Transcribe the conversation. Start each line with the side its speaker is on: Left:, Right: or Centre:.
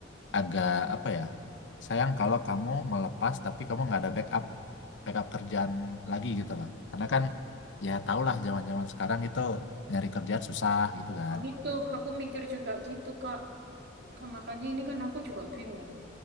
Left: agak apa ya? Sayang kalau kamu melepas tapi kamu nggak ada backup backup kerjaan lagi gitu loh. Karena kan ya tau lah zaman-zaman sekarang itu nyari kerjaan susah gitu kan.
Right: Nah itu aku mikir juga gitu kak. Maka- Makanya ini kan aku juga bingung.